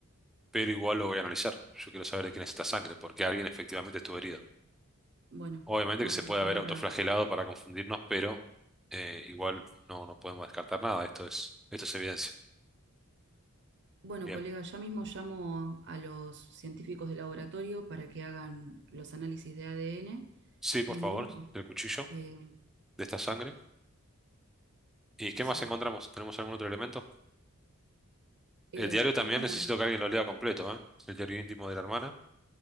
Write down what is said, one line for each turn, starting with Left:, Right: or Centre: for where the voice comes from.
Centre: pero igual lo voy a analizar. Yo quiero saber de quién es esta sangre, porque alguien efectivamente estuvo herido.
Right: Bueno,
Centre: Obviamente
Right: vamos
Centre: que se puede
Right: a llamar
Centre: haber autoflagelado
Right: a
Centre: para confundirnos, pero eh, igual no, no podemos descartar nada. Esto es, esto es evidencia.
Right: Bueno,
Centre: Bien.
Right: colega, ya mismo llamo a los científicos de laboratorio para que hagan los análisis de ADN.
Centre: Sí, por
Right: Y
Centre: favor,
Right: bueno,
Centre: del cuchillo,
Right: eh,
Centre: de esta sangre. ¿Y qué
Right: sí.
Centre: más encontramos? ¿Tenemos algún otro elemento?
Right: Eh,
Centre: El diario también
Right: y bueno,
Centre: necesito que alguien lo lea completo, ¿eh? El diario íntimo de la hermana.